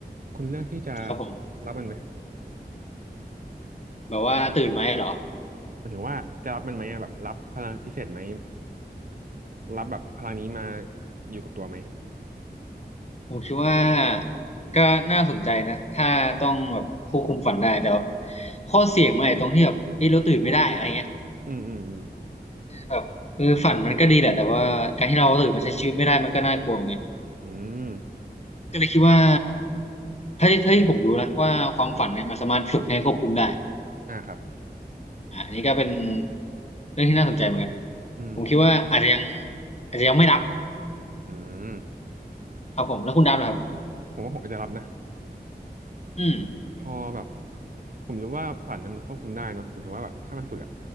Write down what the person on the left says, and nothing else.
ครับผม
แบบว่าตื่นไหมเหรอ
ผมคิดว่าก็น่าสนใจนะถ้าต้องแบบควบคุมฝันได้แต่แบบข้อเสี่ยงมันไอาตรงที่แบบเอ้ยเราตื่นไม่ได้อะไรเงี้ย
แบบเออฝันมันก็ดีแหละแต่ว่าการที่เราตื่นมาใช้ชีวิตไม่ได้มันก็น่ากลัวเหมือนกัน
ก็เลยคิดว่าถ้าที่ถ้าที่ผมรู้นะว่าความฝันเนี่ยมันสามารถฝึกให้ควบคุมได้
อ่าอันนี้ก็เป็นเรื่องที่น่าสนใจเหมือนกัน
ผมคิดว่าอาจจะยังอาจจะยังไม่รับ
ครับผมแล้วคุณดับเหรอครับ
อืม